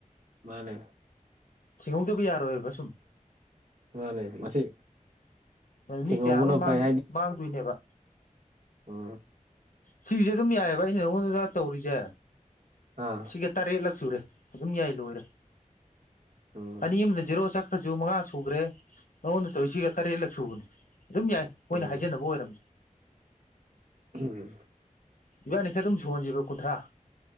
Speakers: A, on the right (about 75°); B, on the left (about 70°).
A: ꯃꯥꯅꯦ
B: ꯊꯤꯡꯍꯧꯗꯕ ꯌꯥꯔꯣꯏꯕ ꯁꯨꯝ
A: ꯃꯥꯅꯦ ꯃꯁꯤ ꯊꯦꯡꯍꯧꯕꯅ
B: ꯃꯤ ꯀꯌꯥ ꯑꯃ ꯃꯥꯡ
A: ꯐꯩ
B: ꯃꯥꯡꯗꯣꯏꯅꯦꯕ
A: ꯑꯣ
B: ꯁꯤꯒꯤꯁꯦ ꯑꯗꯨꯝ ꯌꯥꯏꯑꯕ ꯑꯩꯅ ꯅꯉꯣꯟꯗꯒ ꯇꯧꯔꯤꯁꯦ
A: ꯑꯥ
B: ꯁꯤꯒ ꯇꯔꯦꯠꯂꯛ ꯁꯨꯔꯦ ꯑꯗꯨꯝ ꯌꯥꯏ ꯂꯣꯏꯔꯦ
A: <unintelligible>
B: ꯑꯅꯤ ꯑꯃꯅ ꯖꯦꯔꯣ ꯆꯠꯈ꯭ꯔꯁꯨ ꯃꯉꯥ ꯁꯨꯈ꯭ꯔꯦ ꯅꯉꯣꯟꯗ ꯇꯧꯔꯤꯁꯤꯒ ꯇꯔꯦꯠꯂꯛ ꯁꯨꯕꯅꯦ ꯑꯗꯨꯝ ꯌꯥꯏ ꯃꯣꯏꯅ
A: ꯎꯝ
B: ꯍꯥꯏꯖꯤꯅꯕ ꯑꯣꯏꯔꯝ
A: ꯑꯍꯝꯒ
B: ꯏꯕꯥꯅꯤ ꯈꯔ ꯑꯗꯨꯝ ꯁꯨꯍꯟꯁꯦꯕ ꯀꯨꯟꯊ꯭ꯔꯥ